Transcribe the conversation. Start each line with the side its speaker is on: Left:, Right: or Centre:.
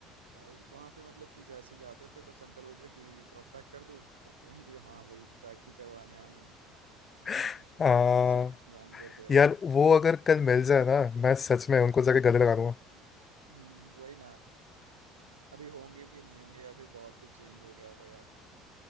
Right: भाई वहां पे मतलब कि जैसे जाते थे बस अंकल बोलते थे कि और पैक कर दूं तो कहेंगे हाँ वही पैक ही करवाने आए हैं
Left: <laughs> हाँ
Right: तो वो लोग सब जान गए थे और
Left: यार वो अगर कल मिल जाए ना मैं सच में उनको जाके गले लगा दूंगा
Right: हम्म वही ना अभी होंगे भी नहीं होंगे या फिर बहुत कुछ चेंज हो गया होगा यार